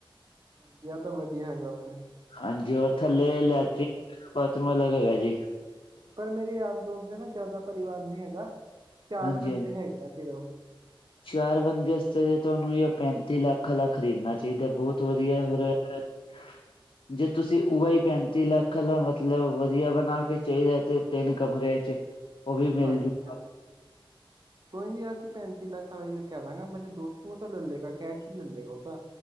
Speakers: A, on the right; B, on the left.
A: ਹਾਂਜੀ ਆਹ ਤਾਂ ਵਧੀਆ ਹੈਗਾ ਫੇਰ।
B: ਹਾਂਜੀ, ਔਰ ਥੱਲੇ ਲੈਟਰਿੰਗ ਬਾਥਰੂਮ ਅਲੱਗ ਹੈਗਾ ਜੇ
A: ਪਰ ਮੇਰੇ ਯਾਰ ਦੋਸਤ ਦੇ ਨਾ ਜ਼ਿਆਦਾ ਪਰਿਵਾਰ ਨੀ ਹੈਗਾ ਚਾਰ
B: ਹਾਂਜੀ
A: ਬੰਦੇ
B: ਹਾਂਜੀ
A: ਹੈਗੇਆ ਸਿਰਫ।
B: ਚਾਰ ਬੰਦੇ ਵਾਸਤੇ ਤੁਹਾਨੂੰ ਪੈਂਤੀ ਲੱਖ ਲੱਖ ਖ਼ਰੀਦਣਾ ਚਾਹੀਦਾ ਬਹੁਤ ਹੁ ਵਧੀਆ ਹੋਰਹਾ <unintelligible>
A: ਹਮ
B: ਜੇ ਤੁਸੀਂ ਉ ਹੀ ਪੈਂਤੀ ਲੱਖ ਮਤਲਬ ਵਧੀਆ ਬਣਾ ਕੇ ਚਾਹੀਦਾ ਤੇ ਤਿੰਨ ਕਮਰਿਆਂ ਚ ਉਹ ਵੀ ਮਿਲ
A: ਹਾਂਜੀ
B: ਜੂਗਾ
A: ਹਾਂਜੀ ਕੋਈ ਨੀ ਅਸੀਂ ਪੈਂਤੀ ਲੱਖ ਹ ਕਹਿ ਦਾ ਗਾ ਮੈਨੂੰ ਦੋਸਤ‌ ਨੰ ਲੈ ਲੇਗਾ ਕੈਸ਼ ਹੀ ਲੈ ਲੇਗਾ ਉਹ ਤਾਂ